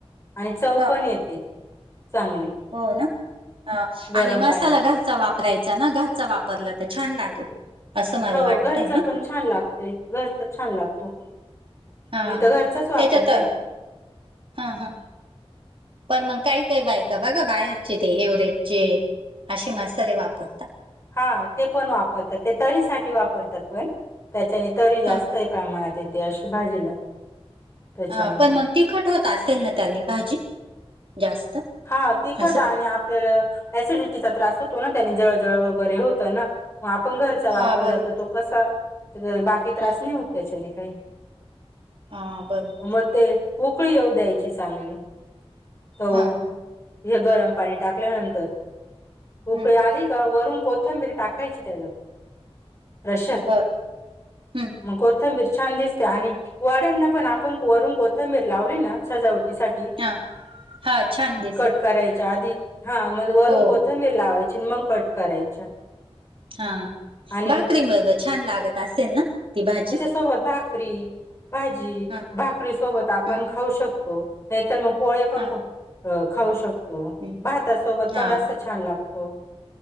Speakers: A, on the left; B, on the right.
A: आणि चव
B: हा
A: पण येते चांगली
B: हो ना
A: गरम
B: आणि मसाला
A: पाण्यात
B: घरचा वापरायचा ना घरचा वापरला तर छान लागेल असं मला
A: हो
B: वाटतंय
A: घरचा
B: ह
A: पण छान लागतोय, घरचा छान लागतो
B: हा
A: मी तर घरचाच वापरते.
B: त्याच्यात हा हा पण मग काही काही बायका बघा बाहेरचे ते एव्हरेजचे. असे मसाले वापरतात.
A: हा ते पण वापरतात ते तरीसाठी वापरतात पण. त्याच्याने तरी जास्तही
B: हा हा
A: प्रमाणात येते अशी भाजीला त्याच्यामुळे
B: अ पण मग तिखट होतं असेल ना त्यांनी भाजी जास्त
A: हा तिकट
B: असं
A: आणि आपल्याला एसिडिटीचा त्रास होतो ना त्याने जळजळ वगैरे होतं ना म आपण घरचा वापरला
B: हा बरोबर
A: तर तो कसा बाकी त्रास
B: हा
A: नाही होतं त्यांच्याने काही
B: हा बरोबर
A: मग ते उकळी येऊ द्यायची चांगली हो
B: हा हा
A: इ गरम पाणी टाकल्यानंतर उकळी
B: हम्म
A: आली का वरून कोथंबीर. थबिर टाकायची त्याच्यात. रश्यात
B: हम्म बर हम्म
A: मग कोथंबीर छान दिसते आणि वाड्यांना पण आपण वरून कोथंबीर लावली ना सजावटीसाठी
B: हा! हा छान दि
A: कट करायच्या आधी हा म वरून
B: हो
A: कोथंबीर लावायची मग कट करायच्या.
B: हा
A: आणि
B: भाकरी बरोबर छान लागत असेल ना ती भाजी?
A: सोबत भाकरी भाजी
B: हा
A: भाकरी सोबत आपण
B: हा
A: खाऊ शकतो. नाहीतर मग पोळे पण
B: हा
A: खाऊ शकतो
B: हम्म,
A: भातासोबत पण
B: हा
A: रस्सा छान लागतो